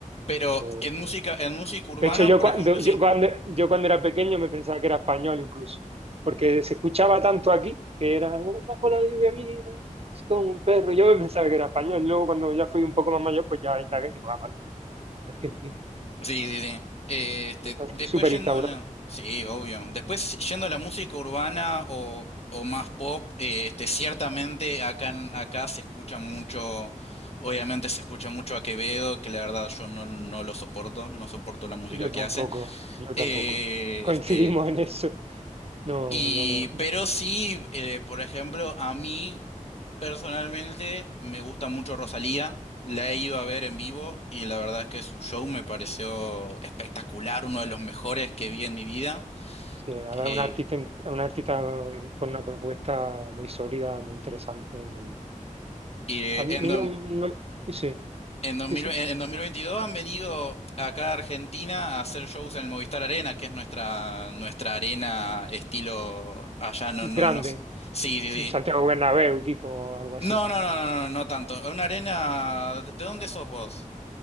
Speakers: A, on the left; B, on the right.
A: Pero
B: De hecho,
A: en música, en música urbana,
B: De hecho, yo
A: por
B: cuando,
A: ejemplo,
B: yo
A: sí.
B: cuando, yo cuando era pequeño me pensaba que era español incluso, porque se escuchaba tanto aquí que era "No, bajo la lluvia mira, es como un perro. Yo me pensaba que era español. Luego cuando ya fui un poco más mayor, pues ya indagué y digo, ah, vale, argentino.
A: Sí, sí, sí. Eh, Este,
B: Pero está
A: después
B: súper
A: yendo
B: instaurado.
A: a la. Sí, obvio. Después yendo a la música urbana o, o más pop, eh, este, ciertamente acá, en- acá se escucha mucho. Obviamente se escucha mucho a Quevedo, que la verdad yo no, no lo soporto, no soporto la música
B: Yo
A: que
B: tampoco,
A: hace.
B: yo
A: Eh,
B: tampoco. Coincidimos
A: este,
B: en eso. No,
A: y,
B: no, no.
A: pero sí, eh, por ejemplo, a mí. Personalmente me gusta mucho Rosalía, la he ido a ver en vivo y la verdad es que su show me pareció espectacular, uno de los mejores que vi en mi vida.
B: Sí, a
A: Eh,
B: ver, un artista, es un artista con una propuesta muy sólida, muy interesante, muy...
A: y
B: A mí
A: eh, en,
B: no, no- Sí,
A: do- en,
B: sí,
A: 2000
B: sí.
A: en 2022 han venido acá a Argentina a hacer shows en el Movistar Arena, que es nuestra, nuestra arena estilo allá, no, no,
B: Grande.
A: no. Sí, sí, sí.
B: Santiago Bernabéu, tipo, algo así.
A: No, no, no, no, no, no, no tanto. Una arena, ¿de dónde sos vos?